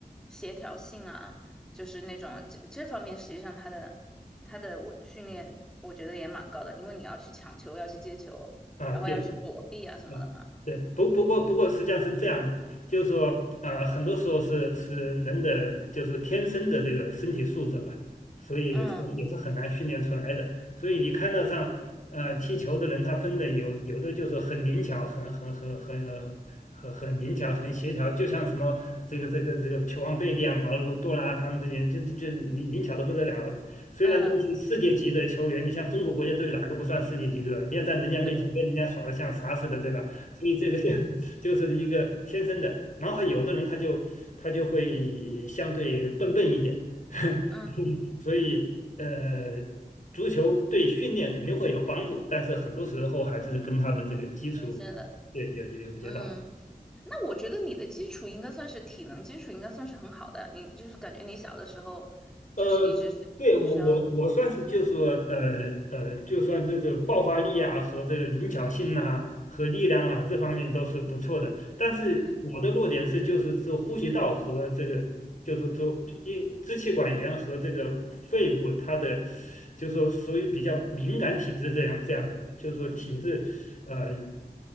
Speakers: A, in the centre; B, on the left.
A: 协调性啊，就是那种这这方面，实际上它的它的我训练，我觉得也蛮高的，因为你要去抢球，要去接球，
B: 啊。
A: 然后要去躲避啊什么的嘛。
B: 对，啊，对，不不过不过实际上是这样的，就是说，啊，很多时候是是人的就是天生的这个身体素质吧，所以是也是很难训练出来的。
A: 嗯
B: 所以你看到上，呃，踢球的人他分的有有的就是很灵巧，很很很很呃很很灵巧，很协调，就像什么这个这个这个球王贝利啊、马尔多纳啊他们这些人，就就就灵灵巧的不得了，虽然都是世界级的球员，
A: 嗯，
B: 你像中国国家队哪个不算世界级对吧？你要在人家面前跟人家耍的像啥似的，
A: 对，
B: 对吧？所以这个就 <laughs> 就是一个天生的。然后还有的人他就他就会相对笨笨一点，<laughs>
A: 嗯，
B: 所以呃，足球对训练肯定会有帮助，但是很多时候还是跟他的这个基础对有有有比较大。
A: 天生的，嗯。那我觉得你的基础应该算是体能基础，应该算是很好的。你就是感觉你小的时候就是一直是医生，
B: 呃，对我我我算是就说呃呃，就算这这个爆发力啊和这个灵巧性啊和力量啊这方面都是不错的，但是我的弱点是就是说呼吸道和这个就说就因支气管炎和这个肺部它的
A: 嗯，
B: 就说属于比较敏感体质这样这样的，就是说体质呃
A: 哦，